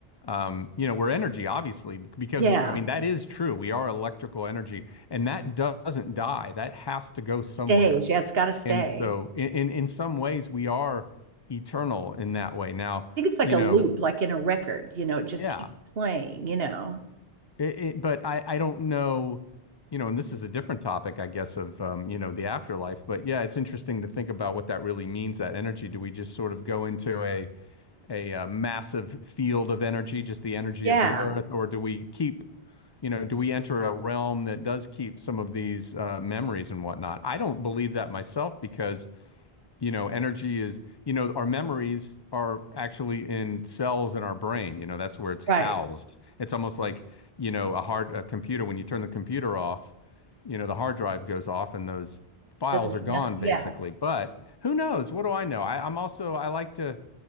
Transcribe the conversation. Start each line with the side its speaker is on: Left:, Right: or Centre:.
Left: um, you know, we're energy, obviously, because
Right: Yeah,
Left: we, I mean that is true. We are electrical energy, and that doesn't die. That has to go somewhere.
Right: stays. Yeah, it's got to stay.
Left: And so in, in in some ways we are eternal in that way. Now,
Right: I think it's like
Left: you
Right: a
Left: know,
Right: loop, like in a record, you know, it just
Left: yeah.
Right: keeps playing, you know.
Left: It, it, but I I don't know, you know, and this is a different topic, I guess, of um, you know, the afterlife. But yeah, it's interesting to think about what that really means, that energy. Do we just sort of go into a a, uh massive field of energy, just the energy
Right: Yeah,
Left: of the earth, or do we keep You know, do we enter a realm that does keep some of these uh, memories and whatnot? I don't believe that myself because you know, energy is, you know, our memories are actually in cells in our brain. You know, that's where it's housed.
Right: right.
Left: It's almost like, you know, a hard a computer, when you turn the computer off, you know, the hard drive goes off and those files
Right: So there's
Left: are gone
Right: nothing. Yeah.
Left: basically. But who knows? What do I know? I, I'm also, I like to,